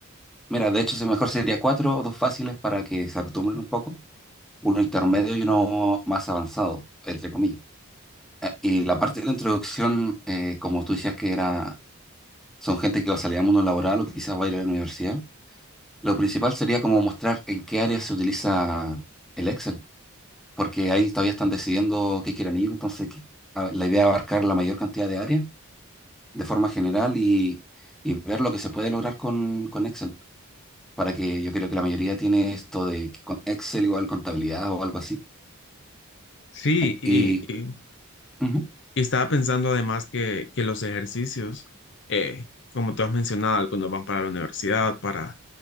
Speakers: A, in the centre; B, on the left (about 60°).
A: Mira, de hecho, se- mejor sería cuatro o dos fáciles para que se acostumbren un poco, uno intermedio y uno más avanzado, entre comillas. Eh, y la parte de la introducción, eh, como tú decías que era, son gente que va a salir al mundo laboral o que quizás va a ir a la universidad. Lo principal sería como mostrar en qué área se utiliza el Excel, porque ahí todavía están decidiendo qué quieren ir, entonces que- a- la idea es abarcar la mayor cantidad de áreas de forma general y, y ver lo que se puede lograr con, con Excel, para que yo creo que la mayoría tiene esto de que con Excel igual contabilidad o algo así.
B: Sí, y,
A: Y
B: y
A: ujú,
B: Y estaba pensando además que, que los ejercicios, eh, como tú has mencionado, algunos van para la universidad, para,